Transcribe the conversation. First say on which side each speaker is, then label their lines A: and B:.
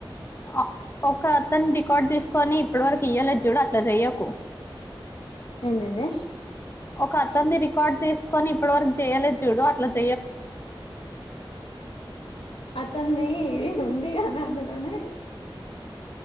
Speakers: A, on the left; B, on the left.
A: అ ఒక అతను రికార్డు తీసుకొని ఇప్పటి వరకు ఇయ్యాలేదు చూడు అట్లా చెయ్యకు
B: ఎందెంది
A: ఒక అత్తంది రికార్డ్ తీసుకొని ఇప్పట్ వరకు చేయాలలేదు చూడు అట్లా చే
B: అతన్ ది ఉందిగానీ అందులోనే